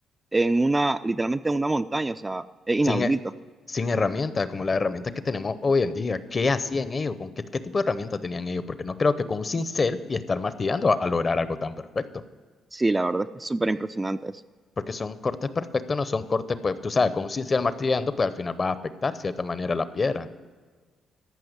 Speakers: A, on the right; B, on the left.
A: en una, literalmente en una montaña? O sea, es inaudito.
B: Sin, he- sin herramientas, como las herramientas que tenemos hoy en día. ¿Qué hacían ellos? ¿Con qué, qué tipo de herramientas tenían ellos? Porque no creo que con un cincel y estar martillando a, a lograr algo tan perfecto.
A: Sí, la verdad es que es súper impresionante eso.
B: Porque son cortes perfectos, no son cortes, pues tú sabes, con un cincel martillando, pues al final va a afectar de cierta manera la piedra.